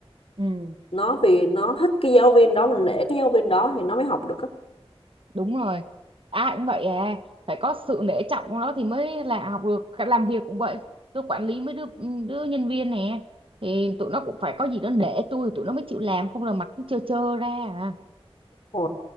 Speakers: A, on the right; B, on the left.
A: ừ
B: nó vì nó thích cái giáo viên đó mình nể cái giáo viên đó thì nó mới học được
A: đúng rồi ai cũng vậy à phải có sự nể trọng của nó thì mới là học được Cả làm việc cũng vậy tôi quản lý mấy đứa đứa nhân viên nè thì tụi nó cũng phải có gì đó nể tôi tụi nó mới chịu làm không là mặt cứ trơ trơ ra à
B: á